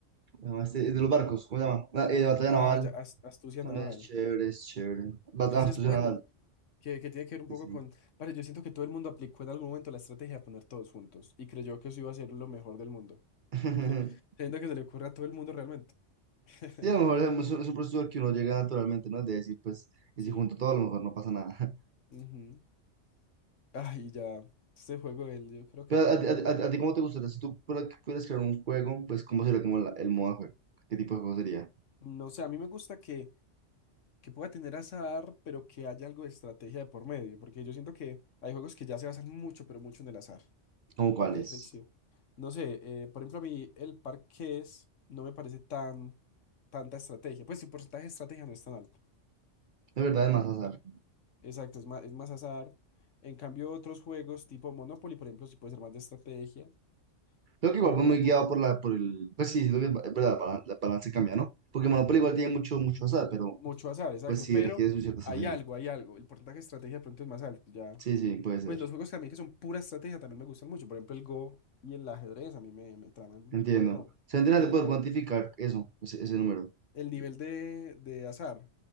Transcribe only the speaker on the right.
¿cómo se llama este? El de los barcos, ¿cómo se llama? La, eh, Batalla Naval.
También
es chévere, es chévere. Batalla
Astucia
Naval.
Sí,
sí.
<laughs>
Sí, a lo mejor es un, es un proceso al que uno llega naturalmente, ¿no? De decir, pues, y
si junto todo, a lo mejor no pasa nada.
Pero
a,
ti
a ti- a ti cómo te gustaría, si tú pudieras pudieras crear un juego, pues cómo sería como la- el modo de juego, qué tipo de juego sería,
cómo cuál
es.
De verdad es más azar.
Creo que
igual va muy guiado por la, por el, pues sí, siento que es verdad, para- la balance cambia, ¿no? Porque Monopoly igual
tiene mucho, mucho azar, pero
pues sí
requiere su cierta estrategia.
Sí, sí, puede ser.
Entiendo.
Se entiende
de
poder
cuantificar eso, ese, ese número.